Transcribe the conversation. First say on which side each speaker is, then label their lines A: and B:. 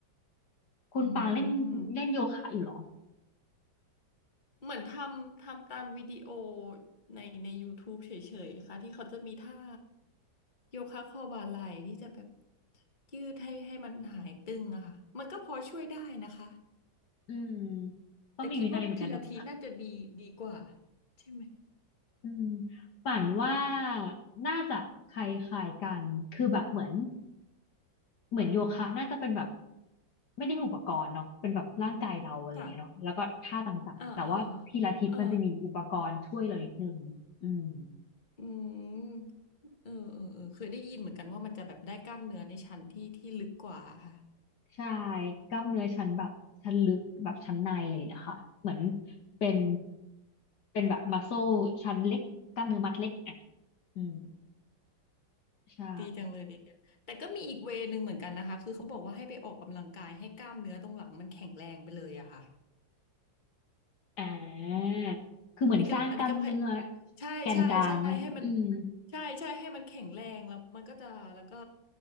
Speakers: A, on the left; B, on the left.
A: คุณปางเล่นเล่นโยคะอยู่เหรอ
B: อืมเหมือนทำทำตามวิดีโอในใน YouTube เฉยๆค่ะที่เขาจะมีท่าโยคะคอบ่าไหล่ที่จะแบบยืดให้ให้มันหายตึงอะค่ะมันก็พอช่วยได้นะคะ
A: อืมต้องมีวินัยเหมือนกันเนาะ
B: แต่คิดว่าพิลาทิสน่าจะดีดีกว่าใช่ไหม
A: อืมป่านว่าน่าจะคล้ายๆกันคือแบบเหมือน เหมือนโยคะน่าจะเป็นแบบไม่ได้มีอุปกรณ์เนาะเป็นแบบร่างกายเราอะไรอย่างเงี้ยเนาะแล้วก็ท่าต่างๆแต่ว่าพิลาทิสมันจะมีอุปกรณ์ช่วยเรานิดนึงอืม
B: ค่ะอ่าอ่าอ่าอืมเออเออเออเคยได้ยินเหมือนกันว่ามันจะแบบได้กล้ามเนื้อในชั้นที่ที่ลึกกว่าค่ะ
A: ใช่กล้ามเนื้อชั้นแบบชั้นลึกแบบชั้นในอะไรอย่างเงี้ยค่ะเหมือนเป็นเป็นแบบมัสโซชั้นเล็กกล้ามเนื้อมัดเล็กอ่ะอืมใช่
B: ดีจังเลยดีจังแต่ก็มีอีกเวย์หนึ่งเหมือนกันนะคะคือเขาบอกว่าให้ไปออกกำลังกายให้กล้ามเนื้อตรงหลังมันแข็งแรงไปเลยอะค่ะ
A: อ่าคือเหมือนสร้างกล้ามเนื้อ
B: อันนี้ก็อันนี้ก็พยใช่ใช่ใช่ให้มัน
A: แกนกลางอะอืม
B: ใช่ใช่ให้มันแข็งแรงแล้วมันก็จะแล้วก็